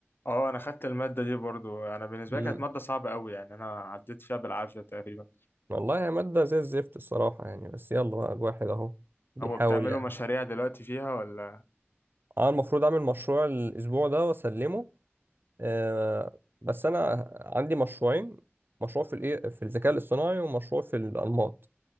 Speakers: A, on the left; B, on the right.
A: اه انا خدت الماده دي برضو انا بالنسبه
B: مم.
A: لي كانت ماده صعبه قوي يعني انا عديت فيها بالعافيه تقريبا
B: والله هي مادة زي الزفت الصراحة يعني بس يلا بقى الواحد أهو بيحاول
A: هو بتعملوا مشاريع دلوقتي فيها ولا
B: اه المفروض اعمل مشروع الاسبوع ده واسلمه آه بس انا عندي مشروعين مشروع في الايه في الذكاء الاصطناعي ومشروع في الانماط